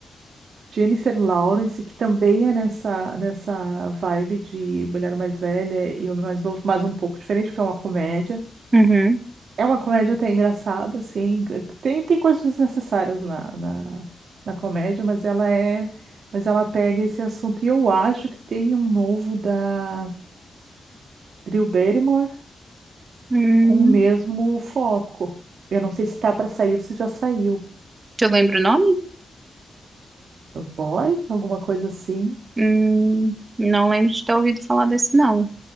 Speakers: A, on the right; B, on the right.
A: Jennifer Lawrence, que também é nessa, nessa vibe de mulher mais velha e homem mais novo, mas um pouco diferente, porque é uma comédia.
B: Uhum.
A: É uma comédia até engraçada, assim. eh, Tem, tem coisas desnecessárias na, na, na comédia, mas ela é. Mas ela pega esse assunto. E eu acho que tem um novo da Drew Barrymore
B: Hum.
A: com o mesmo foco. Eu não sei se tá para sair ou se já saiu.
B: Tu lembra o nome?
A: Boy? Alguma coisa assim.
B: Hum, não lembro de ter ouvido falar desse, não.